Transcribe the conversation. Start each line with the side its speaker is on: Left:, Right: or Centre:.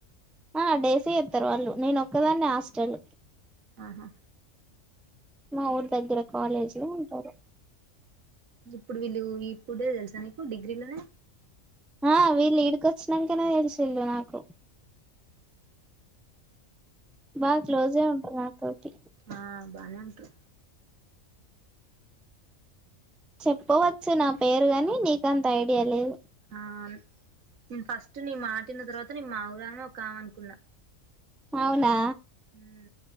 Centre: ఆ డేసే వస్తారు వాళ్ళు నేనొక్కదాన్నే హాస్టలు.
Right: ఆహా
Centre: మా ఊరి దగ్గర కాలేజీలో ఉంటారు.
Right: ఇప్పుడు వీళ్ళు ఇప్పుడే తెలుసా నీకు డిగ్రీలోనే
Centre: ఆ వీళ్ళు ఈడికొచ్చినాకనే తెలిసింది నాకు బాగా క్లోజే ఉంటరు నా తోటి
Right: ఆ బానే ఉంటరు
Centre: చెప్పవచ్చు నా పేరు గాని నీకంత ఐడియా లేదు
Right: ఆ నేను ఫస్ట్ నీ మాటివిన్న తర్వాత మాఊరు ఆమె ఒక ఆమె అనుకున్నా
Centre: అవునా
Right: ఉ